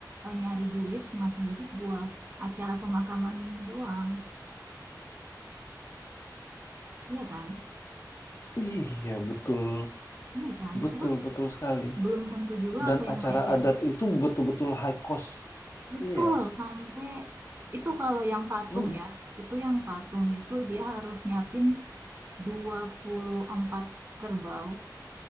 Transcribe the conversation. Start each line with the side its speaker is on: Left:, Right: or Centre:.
Right: eh, nyari duit semasa hidup buat acara pemakaman doang iya kan
Left: Iya, betul.
Right: iya kan
Left: Betul,
Right: terus
Left: betul sekali.
Right: belum tentu juga
Left: Dan
Right: apa
Left: acara
Right: yang mereka
Left: adat itu betul-betul high cost.
Right: betul
Left: Iya.
Right: sampai itu kalau yang patung
Left: mhm.
Right: ya itu yang patung itu dia harus nyiapin dua puluh empat kerbau